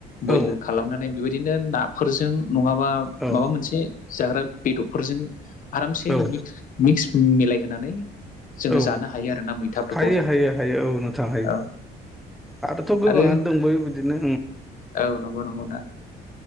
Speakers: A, on the left; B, in the centre.
A: बयल
B: औ
A: खालामनानै बेबायदिनो नाफोरजों नङाबा
B: औ
A: माबा मोनसे जाग्रा बेदरफोरजों आरामसे
B: औ
A: मिक्स मिलायहोनानै जोङो
B: औ
A: जानो हायो आरोना मैथाफोरखौहाय
B: हायो हायो हायो औ नोंथां हायो
A: औ
B: आरोथ' गोबाङानो
A: आरो
B: दंबावो बिदिनो
A: औ नंगौ नंगौ ना